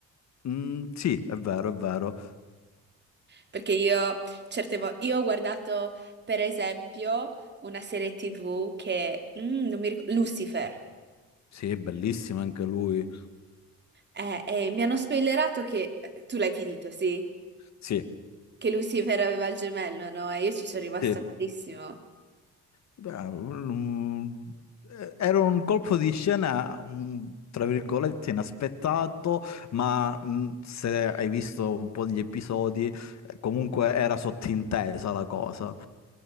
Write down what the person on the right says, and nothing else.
Perché io certe volte io ho guardato, per esempio, una serie TV che mm, non mi ricordo, Lucifer.
Eh, e mi hanno spoilerato che eh, tu l'hai finito, sì,
che Lucifer aveva il gemello, no? E io ci sono rimasta
malissimo.